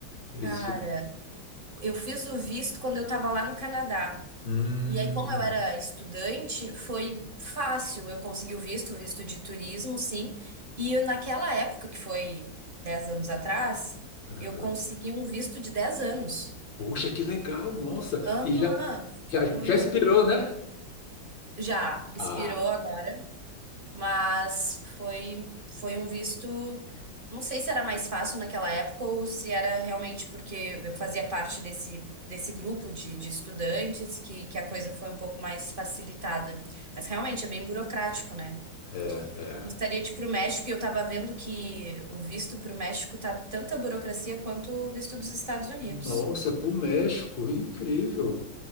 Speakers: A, on the left; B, on the right.
A: Eles
B: Cara,
A: ficam.
B: eu fiz o visto quando eu tava lá no Canadá.
A: Hum,
B: E aí, como eu era estudante, foi fácil. Eu consegui o visto, o visto de turismo, sim. E eu, naquela época, que foi 10 anos atrás,
A: aham.
B: eu consegui um visto de 10 anos.
A: Poxa, que legal, nossa.
B: Aham,
A: E já, já,
B: foi
A: já
B: muito
A: esperou,
B: doido.
A: né?
B: Já, expirou
A: Ah,
B: agora. Mas foi, foi um visto. Não sei se era mais fácil naquela época ou se era realmente porque eu fazia parte desse, desse grupo de, de estudantes que, que a coisa foi um pouco mais facilitada. Mas realmente é bem burocrático, né?
A: é, é.
B: Eu gostaria de ir para o México e eu estava vendo que o visto para o México tá tanta burocracia quanto o visto dos Estados Unidos.
A: Nossa, para o México, incrível.